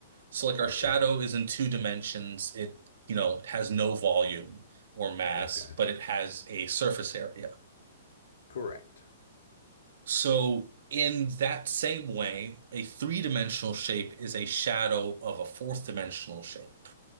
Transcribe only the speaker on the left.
Okay.
Okay.
Correct.